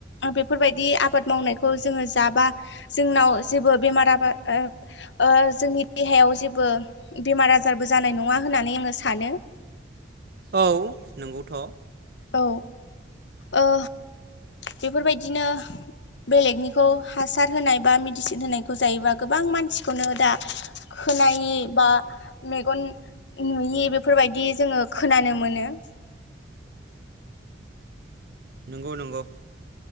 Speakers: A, on the left; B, on the right.
A: बेफोरबायदि आबाद मावनायखौ जोङो जाबा जोंनाव जेबो बेमार आबार ओ ओ जोंनि देहायाव जेबो बेमार आजारबो जानाय नङा हो होननानै आङो सानो।
B: औ नंगौथ'।
A: औ ओ बेफोरबायदिनो बेलेगनिखौ हासार होनाय बा मेडिसिन होनायखौ जायोबा गोबां मानसिखौनो दा खानायि बा मेगन नुयि बेफोरबायदि जोङो खोनानो मोनो ‌।
B: नंगौ नंगौ।